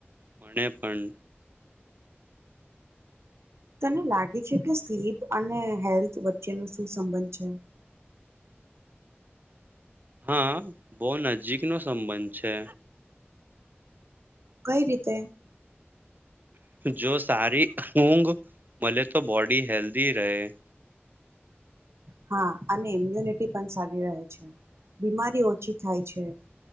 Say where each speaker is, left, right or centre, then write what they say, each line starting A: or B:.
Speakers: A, on the right; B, on the right.
A: મને પન.
B: તને લાગે છે કે સ્લીપ અને હેલ્થ વચ્ચેનો શું સંબંધ છે?
A: હા બો નજીકનો સંબંધ છે.
B: કઈ રીતે?
A: જો સારી ઊઘ મલે તો બોડી હેલ્ધી રેય.
B: હા અને ઇમ્યુનિટી પણ સારી રહે છે. બીમારી ઓછી થાય છે.